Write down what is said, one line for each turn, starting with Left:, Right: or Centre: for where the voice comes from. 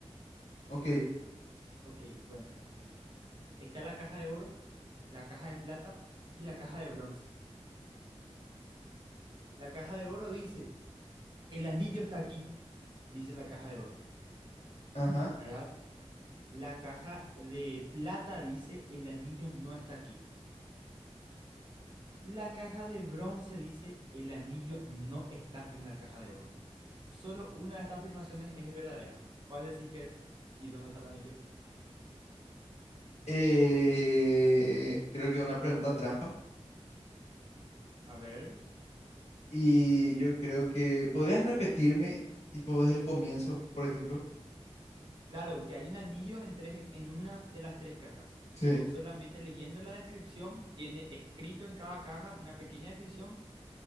Left: Ok.
Right: Ok, bueno, está la caja de oro, la caja de plata y la caja de bronce. La caja de oro dice, el anillo está aquí, dice la caja de oro,
Left: Ajá.
Right: ¿verdad? La caja de plata dice, el anillo no está aquí. La caja de bronce dice, el anillo no está en la caja de oro. Solo una de estas afirmaciones es verdadera. ¿Cuál decís que es? ¿Y dónde está el anillo?
Left: Eh, creo que una pregunta trampa.
Right: A ver.
Left: Y yo creo que podrías repetirme, tipo, desde el comienzo, por ejemplo.
Right: Claro, que hay un anillo en, tres, en una de las tres cajas.
Left: Sí.
Right: Y vos solamente leyendo la descripción, tiene escrito en cada caja una pequeña descripción